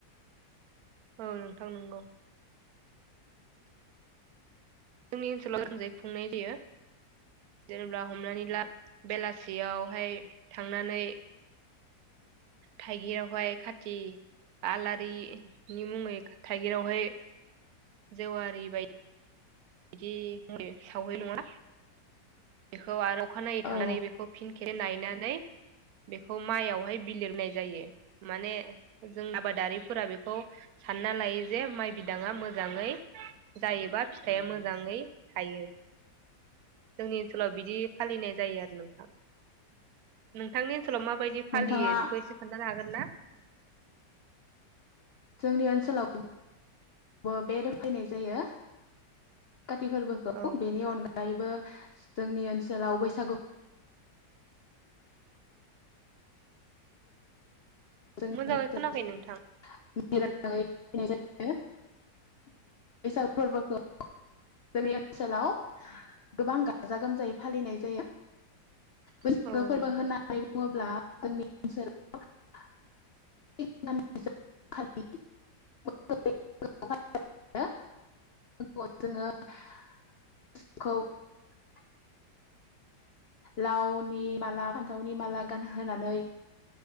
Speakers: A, on the right; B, on the left.
A: औ नोंथां नंगौ जोंनि ओनसोलाव आंजाय खुंनाय जायो जेनेबा हमनानै लाब बेलासियावहाय थांनानै थाइगिरावहाय खाथि आलारिनि मुङै थाइगिरावहाय जेवारि बायदि बिदि है सावहै नङा बेखौ आरो अखाखानायनायै थांनानै
B: औ
A: बेखौ फिन गख नायनानै बेखौ माइयाव बेवहाय बिलिरनाय जायो माने जों आबादारिफोरा बेखौ सानना लायो जे माइ बिदाङा मोजाङै जायोबा फिथाइया मोजाङै थायो जोंनि ओनसोलाव बिदि फालिनाय जायो आरो नोंथां नोंथांनि ओनसोलाव माबायदि
B: नोंथाङा
A: फालियो बेखौ एसे खोन्थानो हागोन ना
B: जोंनि ओनसोलावबो बे रोफैनाय जायो काति फोरबोखौ
A: औ नोंथां
B: बेनि अनगायैबो जोंनि ओनसोलाव बैसागु <unintelligible>
A: मोजाङै खोनाखै नोंथां
B: हो बेैसाग फोरबोखौ जोंनि ओनसोलाव गोबां गाजा गोमजायै फालिनाय जायो बैसागो
A: औ
B: फोरबो
A: नोंथां।
B: होननानै बुङोब्ला जोंनि ओनसोलाव <unintelligible> लावनि माला फान्थावनि माला गानहोनानै